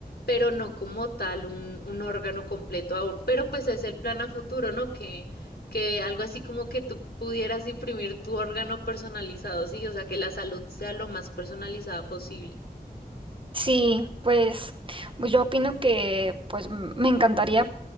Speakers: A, on the left (about 75°); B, on the right (about 30°).
A: pero no como tal un, un órgano completo aún. Pero pues es el plan a futuro, ¿no? Que que algo así como que tú pudieras imprimir tu órgano personalizado, sí, o sea, que la salud sea lo más personalizada posible.
B: Sí, pues pues yo opino que pues m- me encantaría